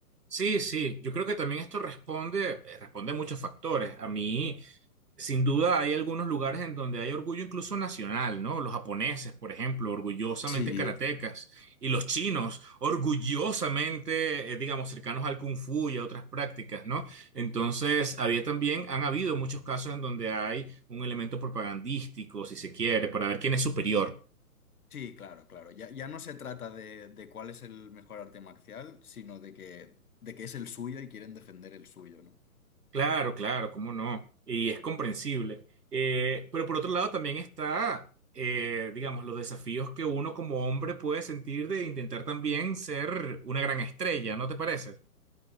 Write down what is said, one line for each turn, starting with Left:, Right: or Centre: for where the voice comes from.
Right: Sí, sí, yo creo que también esto responde, eh, responde a muchos factores. A mí, sin duda, hay algunos lugares en donde hay orgullo incluso nacional, ¿no? Los japoneses, por ejemplo, orgullosamente
Left: Sí,
Right: karatecas, y los chinos, orgullosamente, eh, digamos, cercanos al kung fu y a otras prácticas, ¿no? Entonces, había también, han habido muchos casos en donde hay un elemento propagandístico, si se quiere, para ver quién es superior.
Left: Sí, claro, claro. Ya, ya no se trata de, de cuál es el mejor arte marcial, sino de que, de que es el suyo y quieren defender el suyo, ¿no?
Right: Claro, claro, cómo no. Y es comprensible. Eh, pero por otro lado también está, eh, digamos, los desafíos que uno como hombre puede sentir de intentar también ser una gran estrella, ¿no te parece?